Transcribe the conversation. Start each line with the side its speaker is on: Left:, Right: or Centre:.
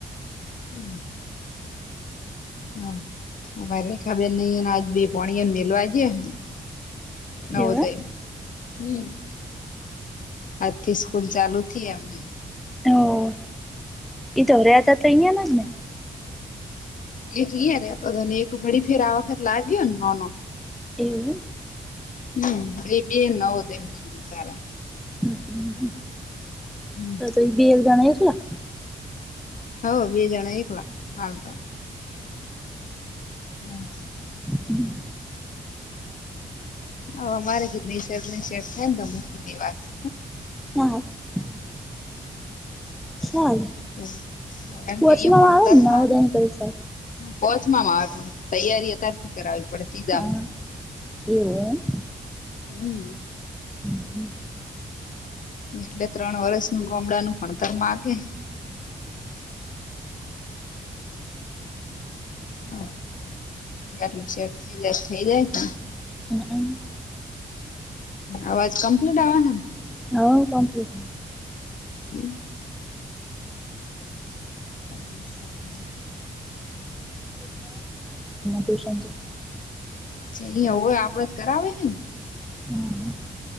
Left: હમ્મ. હા ભાઈ રેખાબેનને આજ ભોણિયાને મેલવા ગ્યો. નવ
Centre: એવું
Left: જાય. હમ્મ. આજથી સ્કૂલ ચાલુ થી અમે.
Centre: હા એ તો રહ્યા હતા તો અહીંયાના જ ને.
Left: એક અહીંયા રેતોતોને એક વળી ફેર આ વખત લાગ્યો ને નાનો.
Centre: એવું એમ.
Left: હમ્મ, એ બે નવ દેન સારા.
Centre: હમ્મ હમ્મ,
Left: હમ
Centre: તો તો ઈ બેેવ જણા એકલા?
Left: હો બે જણા એકલા હાલ તો. હમ્મ.
Centre: હમ્મ.
Left: અમારે કીધલી શર્ની સેટ થાય ને તો મુંકી દેવા સે.
Centre: <unintelligible>
Left: <inaudible>
Centre: ચાલે
Left: હ એમ
Centre: વચમાં
Left: કે અહીયા ભણતર
Centre: આવે ને નવોદયની
Left: હારુ?
Centre: પરીક્ષા
Left: પહોચવામાં આવે તૈયારી અત્યારથી કરાવવી પડે તે ગામથી.
Centre: હા એવું હોય એમ.
Left: હમ્મ.
Centre: હમ્મ.
Left: એટલે ત્રણ વરસનું ગમડાનું પણ તો માગે. હા એ આટલું સેટ થઈ જાય થઈ જાય છે.
Centre: એમ
Left: અવાજ કમ્પ્લીટ આવે હે ને?
Centre: હા કમ્પ્લીટ.
Left: હમ્મ, સારુ સારુ.
Centre: શંબવ શાંત હો.
Left: અહીયા હોય આપડેજ કરાવે હેને.
Centre: હમ્મ.